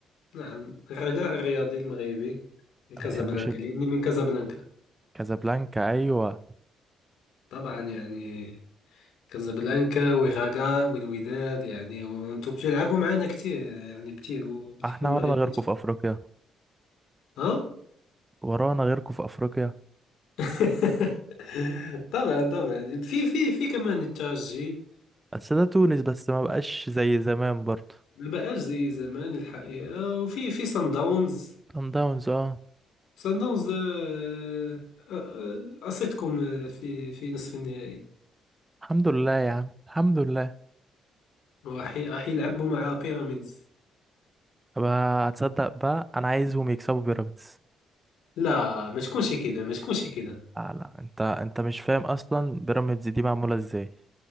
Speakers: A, on the left; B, on the right.
A: نعم غلاء الرياضي المغربي لكازابلانكا
B: ما بتحبش
A: لأني من كازابلانكا
B: كازابلانكا ايوه
A: طبعا يعني كازابلانكا وغاكا والوداد يعني وانتم بتلعبوا معانا كتير يعني بتيجوا بتيجوا
B: احنا
A: المغرب
B: ورانا غيركم
A: كتير
B: في افريقيا
A: ها
B: ورانا غيركم في افريقيا
A: <laughs> طبعا طبعا في في في كمان الترجي
B: بس ده تونس بس ما بقاش زي زمان برضه
A: ما بقاش زي زمان الحقيقة وفي في سان داونز
B: صن داونز اه
A: سان داونز آه، آه، آه، قصتكم آه، في في نصف النهائي
B: الحمد لله يا عم الحمد لله
A: وراح راح يلعبوا مع بيراميدز
B: طب هتصدق بقى انا عايزهم يكسبوا بيراميدز
A: لا ما تكونش كده ما تكونش كده
B: لا لا انت انت مش فاهم اصلا بيراميدز دي معموله ازاي